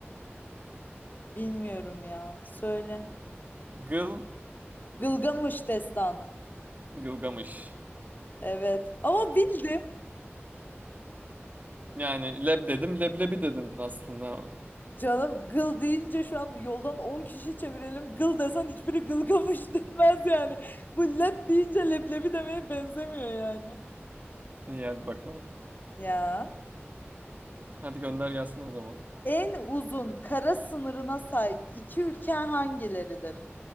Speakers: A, on the left; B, on the right.
A: bilmiyorum ya. Söyle.
B: Gıl
A: Gılgamış destanı.
B: Gılgamış.
A: Evet. Ama bildim.
B: Yani leb dedim leblebi dedin aslında.
A: Canım gıl deyince şu an yoldan 10 kişi çevirelim. Gıl desen hiçbiri gılgamış <laughs> demez yani. Bu lep deyince leblebi demeye benzemiyor yani.
B: İyi hadi bakalım.
A: Ya.
B: Hadi gönder gelsin o zaman.
A: En uzun kara sınırına sahip iki ülke hangileridir?